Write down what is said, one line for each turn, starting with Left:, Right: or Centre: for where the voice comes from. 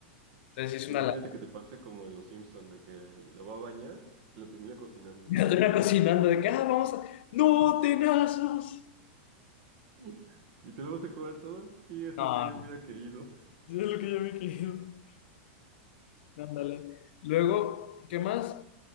Left: Entonces sí
Right: Imagínate
Left: es una... la-
Right: que te pase como en Los Simpson, de que lo va a bañar y lo termina cocinando.
Left: <laughs> Mira, te una <laughs> cocinando de que, ah, vamos a... ¡No, tenazas!
Right: <laughs> ¿Y te lo vas a comer todo? Sí, es
Left: No,
Right: lo que yo
Left: no.
Right: hubiera querido.
Left: Es lo que yo me quiero. Ándale. Luego, ¿qué más?